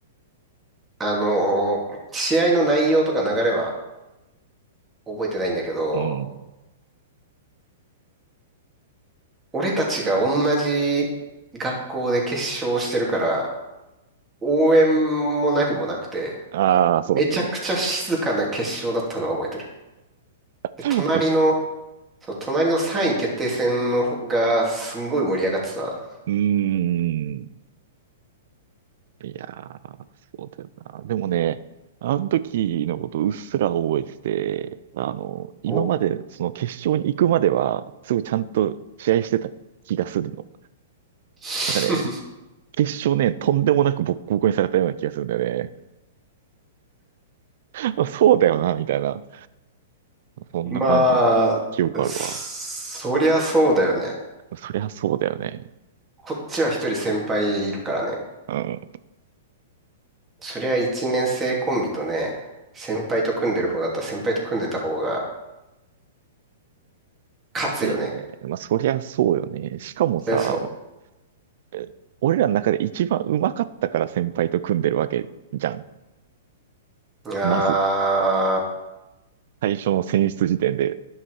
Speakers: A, on the right (about 15°); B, on the right (about 65°).
A: あの、試合の内容とか流れは覚えてないんだけど、
B: うん。
A: 俺たちが同じ学校で決勝してるから、応援も何もなくて、
B: ああ、そうだったね。
A: めちゃくちゃ静かな決勝だったのは覚えてる。
B: <laughs>
A: で、隣の、そう隣の3位決定戦の方がすんごい盛り上がってた。
B: うーん。いやー、そうだよな。でもね、あの時のことうっすら覚えてて、あの、今までその決勝に行くまでは、
A: お
B: すごいちゃんと試合してた気がするの。
A: <laughs>
B: なんかね、決勝ね、とんでもなくボッコボコにされたような気がするんだよね。<laughs> あそうだよな、みたいな。そんな感じ、
A: まあ、
B: 記憶あるわ。
A: そりゃそうだよね。
B: そりゃそうだよね。
A: こっちは一人先輩いるからね。
B: うん。
A: そりゃ一年生コンビとね、先輩と組んでる方だったら先輩と組んでた方が勝つよね。
B: まあね、まあそりゃそうよね。しかもさ、
A: そりゃそ
B: え俺らの中で一番上手かったから先輩と組んでるわけじゃん。
A: う。あ
B: まず。最初の選出時点で。